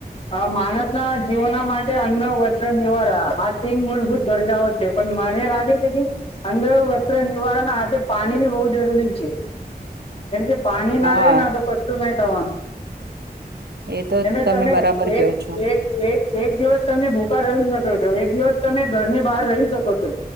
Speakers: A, on the left; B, on the right.
A: અ માણસના જીવાના માટે અન્ન વસ્ત્ર નિવારણ આ તીન મૂળભૂત દર્જાઓ છે પણ મને લાગે છે કે અન્ન વસ્ત્ર નિવારણના હાથે પાણી બી બહુ જરૂરી છે. કેમકે કે પાણી ના
B: હા
A: રેય ના તો કશું ના ત્રણ
B: એ તો
A: એમે તમે
B: બરાબર
A: એક
B: કહો છો
A: એક એક એક દિવસ તમે ભુખા રહી શકો છો એક દિવસ તમે ઘરની બહાર રહી શકો છો,